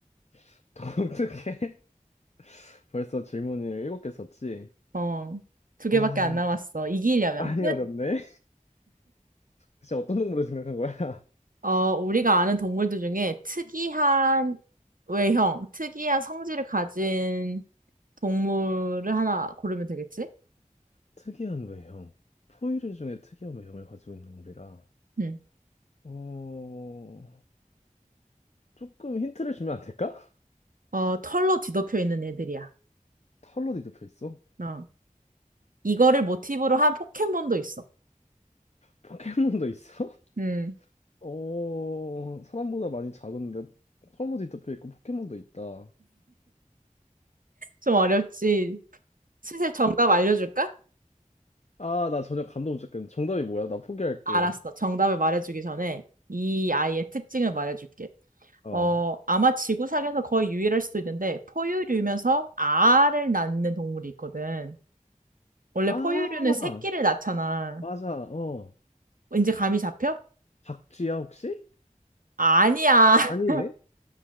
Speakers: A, on the left (about 55°); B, on the right (about 85°).
A: <laughs> 독특해. <laughs> 벌써 질문을 일곱 개 썼지?
B: 어, 두 개밖에
A: 아,
B: 안 남았어. 이기려면.
A: 많이
B: 근데
A: 어렵네. 진짜 어떤 동물을 생각한 거야? <laughs>
B: 어, 우리가 아는 동물들 중에 특이한 외형, 특이한 성질을 가진 동물을 하나 고르면 되겠지?
A: 특이한 외형. 포유류 중에 특이한 외형을 가지고 있는 동물이라.
B: 응.
A: 어, 조금 힌트를 주면 안 될까? <laughs>
B: 어, 털로 뒤덮여 있는 애들이야.
A: 털로 뒤덮여 있어?
B: 어. 이거를 모티브로 한 포켓몬도 있어.
A: 포켓몬도 있어?
B: 음,
A: <laughs> 어, 사람보다 많이 작은데 털로 뒤덮여 있고 포켓몬도 있다.
B: 좀 어렵지. 슬슬 정답 알려줄까?
A: 아, 나 전혀 감도 못 잡겠네. 정답이 뭐야? 나 포기할게.
B: 알았어. 정답을 말해주기 전에 이 아이의 특징을 말해줄게.
A: 어.
B: 어, 아마 지구상에서 거의 유일할 수도 있는데 포유류면서 알을 낳는 동물이 있거든. 원래
A: 아,
B: 포유류는 새끼를 낳잖아.
A: 맞아. 어.
B: 이제 감이 잡혀?
A: 박쥐야, 혹시?
B: 아니야. <laughs>
A: 아니네.